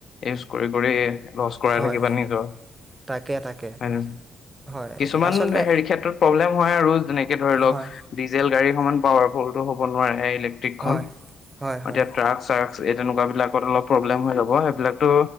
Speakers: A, on the left; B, on the right.
A: ইউজ কৰি- কৰি এ। লচ কৰাই
B: হয়
A: থাকিবা নিজৰ,
B: তাকে তাকে
A: হয়
B: হয়
A: কিছুমান
B: আচলতে
A: হেৰি। ক্ষেত্ৰত প্ৰব্লেম হয় আৰু, যেনেকে ধৰি লওক
B: হয়
A: ডিজেল গাড়ী। সমান পাৱাৰফুলটো হ'ব নোৱাৰে ইলেক্। ট্ৰিকখন
B: হয় হয় হয়
A: এতিয়া ট্ৰাক চাৰ্। এই তেনেকুৱা বিলাকত অলপ প্ৰব্লেম হৈ ল'ব, সেইবিলাকতো।